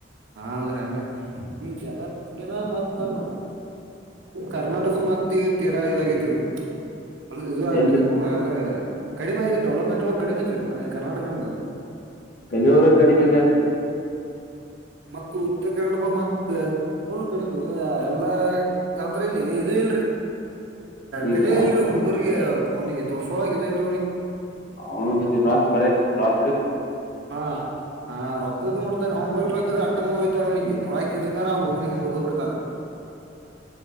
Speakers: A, on the right (about 75°); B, on the left (about 50°).
A: ಹೌದ್ರಿ ಹಂಗ ಈಗ ಜಗತ್ಗಿನ ಮತ್ತ್ ನಮ್ ಕರ್ನಾಟಕ ಮತ್ ಈಗ ತೀರಾ ಇದಾಗೈತಿರಿ ಅಲ್ ಇದದು ಆಗ್ಬಿಡ್ೇರಿ
B: ಎಲ್ಲಿ
A: ಪೂರಾ ಅಂದ್ರೆ ಕಡಿಮೆ ಐತ್ರಿ ಡೆವಲಪ್ಮೆಂಟ್ ಒಳ ಕಡಿಮೆ ಐತ್ರಿ ಕರ್ನಾಕಮ
B: ಎಲ್ಲಿವರು ಕಡಿಮೆಗಾರ ರೀ
A: <inaudible> ಮತ್ತ ಉತ್ತ ಕಗಡ ಮತ್ ಪುಲ್ ಕಡಿ ಎಲ್ಲಾ ಇಲ್ಲಿ ಇ ಇಲ್ರರಿ್
B: ಈಗ
A: ಕಲಿಯಾ ಇಲ್ರಿ ಹುಡುಗರಿಗೆ ಅವನಿಗೆ ತೋರ್ಸೋಳಕ್ ಇ ಇಲ್
B: ಅವನು ರಾಕ್ ಬರ ರಾಕ್
A: ಹಾ ಹಾ ರೊಕ್ಕದ ನೋಡ್ತಾರೆ ಒಂಬೈಲ್ ರೊಕ್ಕದ ಅರ್ಥ ಹೋಯತಾರೆ ಅವನಿಗೆ ರಾಯ ಕ ಇರ್ಲಿಕ್ಕಾರ ಹುಡ್ಗನ್ ಹಿಂದ್ ಹೋಗ ಬಿರ್ತಾರ